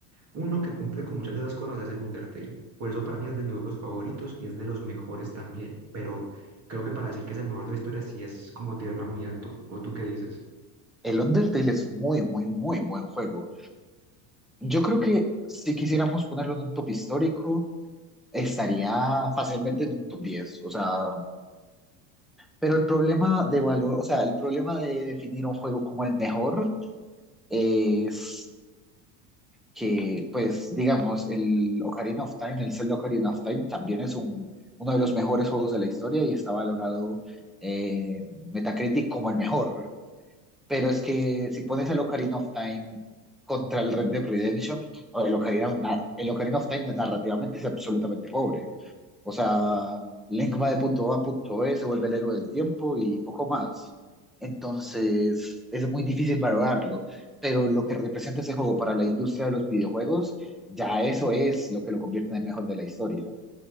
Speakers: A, on the right; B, in the centre.
A: uno que cumple con muchas de esas cosas es el Undertale. Por eso para mí es de mis juegos favoritos y es de los mejores también. Pero creo que para decir que es el mejor de la historia sí es como tirarla muy alto. ¿O tú qué dices?
B: El Undertale es muy, muy, muy buen juego. Yo creo que si quisiéramos ponerlo en un top histórico, estaría fácilmente en un top diez O sea, pero el problema de valor, o sea, el problema de definir un juego como el mejor es que, pues, digamos, el Ocarina of Time, el Zelda Ocarina of Time, también es un, uno de los mejores juegos de la historia y está valorado eh, Metacritic como el mejor. Pero es que si pones el Ocarina of Time contra el Red Dead Redemption, o el Ocarina, el Ocarina of Time narrativamente es absolutamente pobre. O sea, Link va de punto A a punto B, se vuelve el héroe del tiempo y poco más. Entonces, es muy difícil valorarlo, pero lo que representa ese juego para la industria de los videojuegos, ya eso es lo que lo convierte en el mejor de la historia.